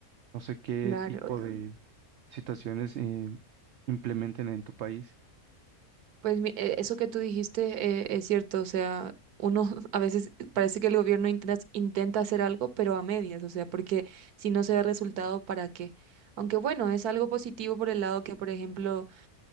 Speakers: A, on the right (about 60°); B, on the right (about 90°).
A: No sé qué
B: claro.
A: tipo de situaciones eh, implementen en tu país.
B: Pues mi- eh, eso que tú dijiste eh, es cierto, o sea, uno <laughs> a veces parece que el gobierno intenta, intenta hacer algo, pero a medias, o sea, porque si no se ve resultado, ¿para qué? Aunque bueno, es algo positivo por el lado que, por ejemplo,